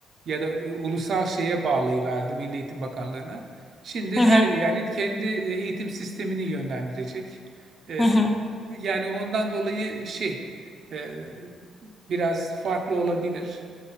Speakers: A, on the right; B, on the left.
A: ya da e, ulusal şeye bağlıylardı Milli Eğitim Bakanlığı'na. Şimdi
B: Hı
A: her
B: hı,
A: eyalet kendi e, eğitim sistemini yönlendirecek. Ee,
B: hı hı,
A: yani ondan dolayı şey e, biraz farklı olabilir.